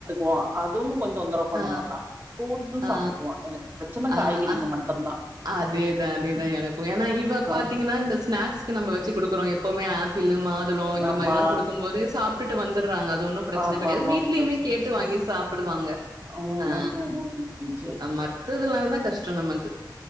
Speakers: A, on the right; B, on the right.
A: ஓ அதுவு கொஞ்சோ தொந்தரவு பண்ண
B: ஆ
A: மாட்டா ஃப்ரூட்ஷு சாப்டுக்குவா
B: ஆ
A: எனக்கு பிரச்ன
B: ஆ
A: காய்கறிங்க
B: அ
A: மட் ட்டுந்தா
B: அதேதா அதேதா எனக்கு ஏன்னா இவ
A: ஆ
B: பாத்தீங்கன்னா இந்த ஸ்நாக்ஸ் க்கு நம்ம வெச்சு குடுக்குறோ எப்பமே ஆப்பிள்ளு மாத் இந்த
A: ஆமா
B: மாரி லா கொடுக்கும் போதே தூலோ இந்த மாரிலா குடுக்கும்போது சாப்ட்டுட்டு வந்துறாங்க அது ஒன்னு பிரச்ன
A: ஆமாமாம்
B: கெடையாது வீட்லயுமே
A: பிரச்சன
B: கேட்டு வாங்கி சாப்டுவாங்க
A: ம்
B: அ
A: ம் ம் ம் ம் சேரி சேரி
B: மத்ததுல்லாந்தா கஷ்டோ நமக்கு